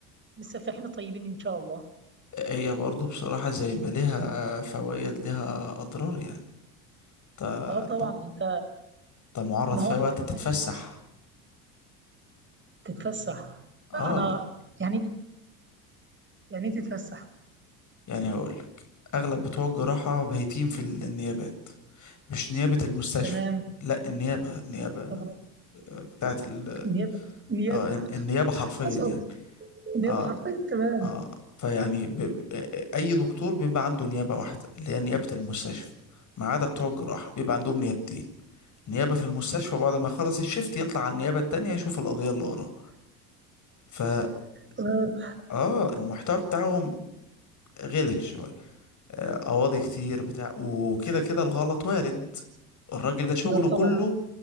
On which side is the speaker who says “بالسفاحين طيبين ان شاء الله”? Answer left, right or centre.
Right